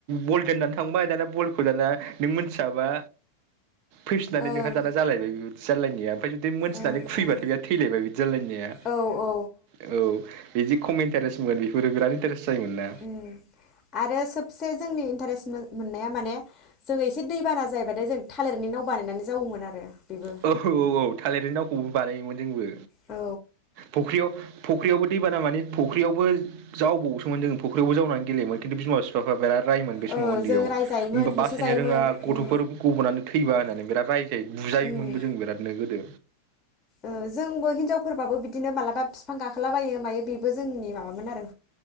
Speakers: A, on the right; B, on the left.
A: बल दोननानै थांबाय दाना बलखौ दाना नों मोन थियाबा मिथिनानै
B: ओं
A: नोंहा दाना
B: ओं
A: जालायबाय बे बिदि जालायनाया ओमफ्राय जुदि मोनथिनानै
B: ओं
A: खुैबथाय
B: ओं
A: बि थैलायबाय बिदि जालायनाया
B: औ औ
A: औ बिदि खम इन्टारेस्ट मोन बेफोरो बिराद इन्टारेस्ट जायोमोन ना
B: अम आरो सबसे जोंनि इन्टारेस्ट मोन मोननाया माने जोङो एसे दैबाना जायोबाथाय जों थालिरनि नाव बानायनानै जावोमोन आरो। बेबो
A: औ औ औ थालिर नाव खौबो बानायोमोन जोंबो
B: औ
A: फख्रियाव फुख्रियावबो दैबाना माने फुख्रियावबो जावबावोसोमोन जों फुख्रियावबो जावनानै गेलयोमोन खिन्थु बिमा बिफाफ्रा बिराद रायोमोन बे समाव
B: औ
A: उन्दैयाव
B: जों रायजायोमोन होसोजायोमोन
A: बासायनो रोङा गथ'फोर
B: उम
A: गबनानै थैबा होननानै बिराद रायजायो बुजायो
B: उम
A: मोनबो जों बिरादनो गोदो
B: ओ जोंबो हिनजावफोरबाबो बिदिनो मालाबा बिफां गाखोलाबायो मायो बेबो जोंनि माबामोन आरो